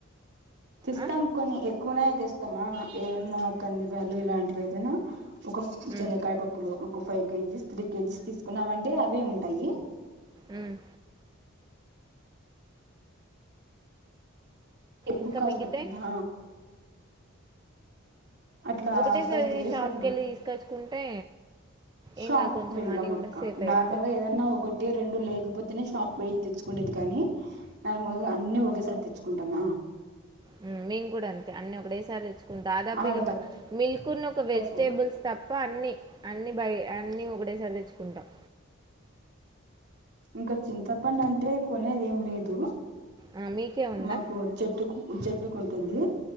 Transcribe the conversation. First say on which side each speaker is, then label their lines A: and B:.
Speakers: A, on the right; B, on the right.
A: తెస్తాం
B: ఆ
A: కొన్ని ఎక్ కువనే తెస్తమ్. ఆ ఏమన్నా కంది బ్యాగ్లు ఇలాంటివి ఐతేనే ఒక ఫ్
B: ఉమ్
A: చెనక్కాయ పప్పులు. క ఫైవ్ కేజీస్, త్రీ కేజీస్ తీసుకున్నామంటే అవ్వే ఉంటాయి.
B: ఉమ్
A: ఎక్కువ
B: ఇంకా
A: కాస్ట్
B: మిగితయి
A: పడుతుందా అట్లా
B: ఒకటే
A: ఫైవ్
B: సారి
A: కేజీస్
B: షాప్కి
A: అట్లా
B: వెళ్ళి తీసుకొచ్చుకుంటే
A: షాప్
B: ఏం కాదు కొంచెం
A: కు వెళ్ళం
B: మనీ
A: అక్క
B: కూడా సేఫ్
A: నార్మల్గా
B: అయితది
A: ఏదన్నా ఒకటి రెండు లేకపోతేనే షాప్కు పోయి తెచ్చుకునేది కానీ ఆమె మొదగల్ అన్నీ ఒకేసారి తెచ్చు కొంటమ్మ.
B: ఉమ్ మేము కూడా అంతే, అన్ని ఒకటేసారి తెచ్చుకుంటం. దాదాపు బ
A: ఆడ
B: ఇగ
A: తక్కు
B: మిల్క్ ను, ఒక వెజిటేబుల్స్
A: తక్కువ పడు
B: తప్ప అన్ని. అన్ని బ్యాగే అన్ని ఒకటేసారి తెచ్చుకుంటాం.
A: ఇంక చింతపండు అంటే కొనేది ఏం లేదు.
B: ఆ! మీకే ఉందా?
A: మాకు, చెట్టుకు ఇ చెట్టుకుంటుంది.